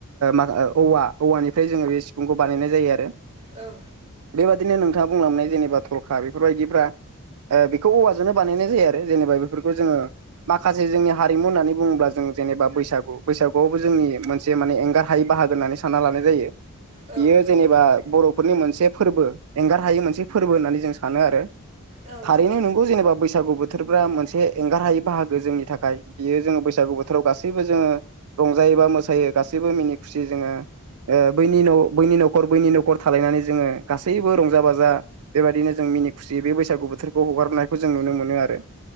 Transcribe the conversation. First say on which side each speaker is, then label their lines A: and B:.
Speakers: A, on the right; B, on the right.
A: माखा औवा औवानिफ्राय जोङो बे सिफुंखौ बानायनाय जायो आरो
B: औ
A: बेबायादिनो नोंथाङा बुंलांनाय जेनेबा थरखा बेफोरबायदिफ्रा बेखौ औवाजोंनो बानायनाय जायो आरो जेनेबा बेफोरखौ जोङो माखासे जोंनि हारिमु होननानै बुङोब्ला जों जेनेबा बैसागु बैसागुआवबो जोंनि मोनसे माने एंगार हायै बाहागो होन्नानै सानो साना लानाय जायो
B: औ ओं
A: बियो जेनेबा बर'फोरनि मोनसे फोरबो एंगार हायै मोनसे फोरबो होननानै जों सानो आरो
B: ओं
A: थारैनो नंगौ जेनेबा बैसागु बोथोरफा मोनसे एंगार हायै बाहागो गोजोंनि थाखाय बियो जोङो बैसागु बोथोराव गासैबो जोङो रंजायो बा मोसायो गासैबो मिनि खुसि जोङो बैनि बैनि न'खर बैनि न'खर थालायनानै जोङो गासैबो रंजा बाजा बेबायदिनो जों मिनि खुसिय बे बैसागु बोथोरखौ हगारनायखौ जों नुनो मोनो आरो